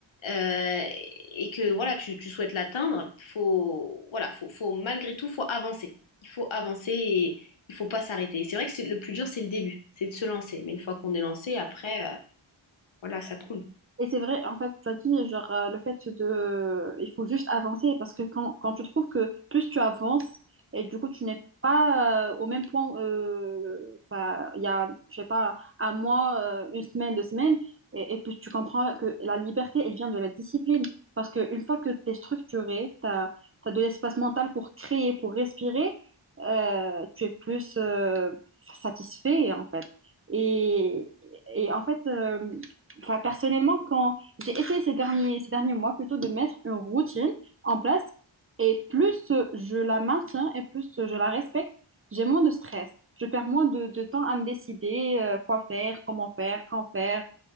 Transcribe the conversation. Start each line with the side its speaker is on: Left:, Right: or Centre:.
Left: euh, et que voilà, tu, tu souhaites l'atteindre, faut voilà, faut, faut malgré tout, faut avancer. Il faut avancer et il faut pas s'arrêter. Et C'est vrai que c'est le plus dur, c'est le début, c'est de se lancer. Mais une fois qu'on est lancé, après, euh, voilà, ça coule.
Right: Et c'est vrai, en fait, tu as dit, genre, euh, le fait de... Il faut juste avancer parce que quand, quand tu trouves que plus tu avances et du coup, tu n'es pas euh, au même point, euh, enfin, il y a, je sais pas, un mois, euh, une semaine, deux semaines, et, et puis tu comprends que la liberté, elle vient de la discipline. Parce qu'une fois que tu es structuré, tu as, de l'espace mental pour créer, pour respirer, euh, tu es plus euh, satisfait, en fait. Et, et en fait... euh, Enfin, personnellement, quand j'ai essayé ces derniers, ces derniers mois plutôt de mettre une routine en place, et plus euh, je la maintiens et plus euh, je la respecte, j'ai moins de stress. Je perds moins de, de temps à me décider euh, quoi faire, comment faire, quand faire.